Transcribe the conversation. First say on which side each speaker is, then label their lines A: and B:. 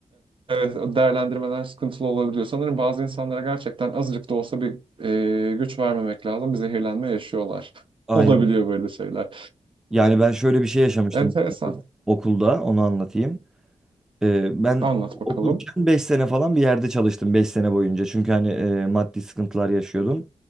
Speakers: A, on the right (about 40°); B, in the centre.
A: Evet, evet, değerlendirmeler sıkıntılı olabiliyor. Sanırım bazı insanlara gerçekten azıcık da olsa bir e, güç vermemek lazım. Bir zehirlenme yaşıyorlar. <laughs>
B: aynen.
A: Olabiliyor böyle şeyler.
B: Yani ben şöyle bir şey yaşamıştım
A: Enteresan.
B: okulda onu anlatayım. Ee, ben
A: Anlat bakalım.
B: okurken 5 sene falan bir yerde çalıştım 5 sene boyunca. Çünkü hani e, maddi sıkıntılar yaşıyordum.